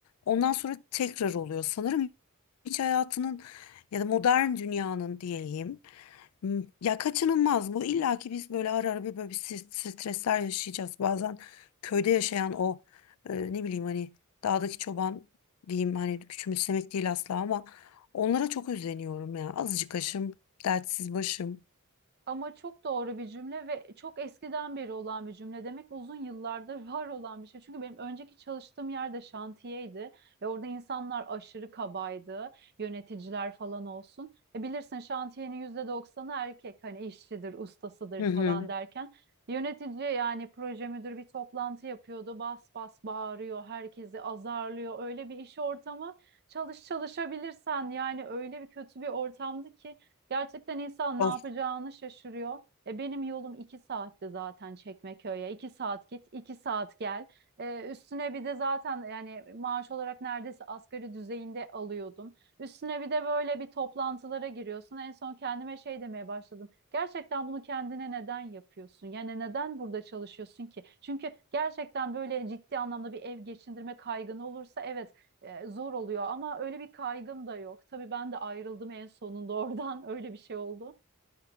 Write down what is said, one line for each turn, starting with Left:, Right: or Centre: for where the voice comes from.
Left: Ondan sonra tekrar oluyor. Sanırım hiç hayatının ya da modern dünyanın diyeyim Hmm. Ya kaçınılmaz bu. İlla ki biz böyle ara ara bir böyle bir stres- stresler yaşayacağız. Bazen köyde yaşayan o e, ne bileyim hani dağdaki çoban diyeyim hani küçümsemek değil asla ama onlara çok özleniyorum ya. Azıcık aşım, dertsiz başım.
Right: Ama çok doğru bir cümle ve çok eskiden beri olan bir cümle demek uzun yıllardır var olan bir şey. Çünkü benim önceki çalıştığım yerde şantiyeydi ve orada insanlar aşırı kabaydı, yöneticiler falan olsun. E bilirsin şantiyenin yüzde doksanı erkek hani işçidir, ustasıdır
Left: Hı hı.
Right: falan derken yönetici yani proje müdürü bir toplantı yapıyordu. Bas bas bağırıyor, herkesi azarlıyor. Öyle bir iş ortamı çalış çalışabilirsen yani öyle bir kötü bir ortamdı ki Gerçekten insan ne
Left: Of
Right: yapacağını şaşırıyor. E benim yolum iki saatti zaten Çekmeköy'e. İki saat git, iki saat gel. E, üstüne bir de zaten yani maaş olarak neredeyse asgari düzeyinde alıyordum. Üstüne bir de böyle bir toplantılara giriyorsun. En son kendime şey demeye başladım. Gerçekten bunu kendine neden yapıyorsun? Yani neden burada çalışıyorsun ki? Çünkü gerçekten böyle ciddi anlamda bir ev geçindirme kaygını olursa evet e, zor oluyor ama öyle bir kaygım da yok. Tabii ben de ayrıldım en sonunda oradan <laughs> öyle bir şey oldu.